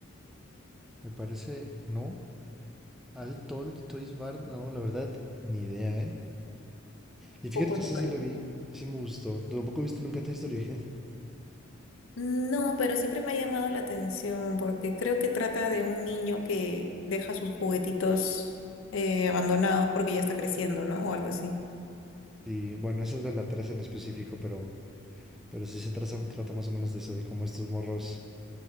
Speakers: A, in the centre; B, on the left.
A: Me parece, ¿no? Al Tol- Toys Bar, no, la verdad, ni idea, ¿eh? Y fíjate
B: Poco
A: que
B: nunca
A: ese sí
B: lo
A: lo vi.
B: vi.
A: Ese me gustó. ¿Tú Tampoco viste nunca Toy Story. <laughs>
B: No, pero siempre me ha llamado la atención porque creo que trata de un niño que deja sus juguetitos eh, abandonados porque ya está creciendo, ¿no? O algo así.
A: Y bueno, ese es de la 3 en específico, pero, pero sí se traza- trata más o menos de eso, de cómo estos morros,